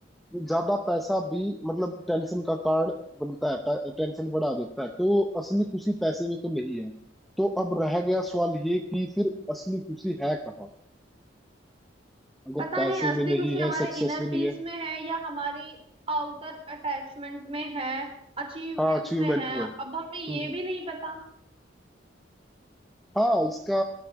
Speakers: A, in the centre; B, on the right.
A: ज्यादा पैसा भी मतलब टेंशन का कारण बनता है टे- टेंशन बढ़ा देता है तो असली खुशी पैसे में तो नहीं है तो अब रह गया सवाल ये कि फिर असली खुशी है कहाँ अगर
B: पता
A: पैसे
B: नहीं असली
A: में नहीं
B: खुशी हमारे
A: है सक्सेस
B: इनर
A: में नहीं
B: पीस
A: है
B: में है या हमारी आउटर अटैचमेंट में है अचीवमेंट्स
A: हाँ अचीवमेंट
B: में है
A: में
B: अब हमें
A: हम्म,
B: ये
A: हम्म,
B: भी
A: हम्म।
B: नहीं पता
A: हाँ इसका